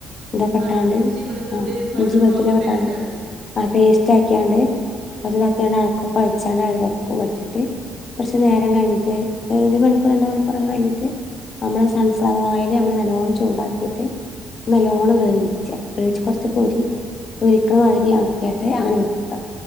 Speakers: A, on the left; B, on the right.
A: ഇതൊ കെട്ടാണ്ട്
B: ആ ഇഞ്ചി വെളുത്തുള്ളി
A: ആ
B: പച്ചമുളകൊക്കെ
A: ഇഞ്ചി വെളളുത്തുളളി
B: പേസ്റ്റ്
A: ഇട്ടാണ്ട്
B: ആക്കും
A: ആ പേസ്റ്റ് ആക്കിയാണ്ട് കുതാക്കണ്ട് അക്കൊ കഴിച്ചാണ്ട് അഴ വെക്കും ഒഴിച്ചിട്ട് കുറച്ച് നേരം
B: ഉം,
A: കഴിഞ്ഞട്ട് ഒരു മണിക്കൂർ രണ്ട് മണിക്കൂറൊക്കെ കഴിഞ്ഞിട്ട് നമ്മള് സൺഫ്ലവർ
B: ഉം.
A: ഓയില് നമ്മള് നല്ലവണ്ണം ചൂടാക്കിയിട്ട് നല്ലോണം വേവിച്ച വേവിച്ച കുറച്ച പൊരി പൊരിക്കുന്ന മാതിരി ആക്കിയായിട്ട് അങ്ങനെ വെക്കുക